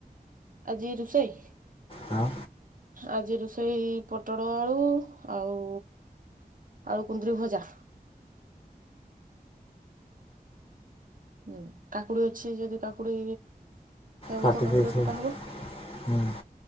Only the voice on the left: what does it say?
ହଁ।
କାଟି
ଦେଇଥିବ
ହୁଁ